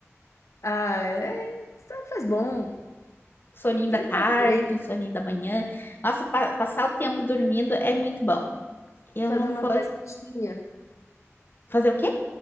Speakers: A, on the left; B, on the left.
A: Ah, é, sempre faz bom,
B: Soninho
A: sempre
B: da tarde,
A: faz bem,
B: um soninho da manhã. Nossa, pa- passar o tempo dormindo é muito bom. Eu
A: fazer
B: não
A: uma
B: vou
A: cestinha,
B: fazer o quê?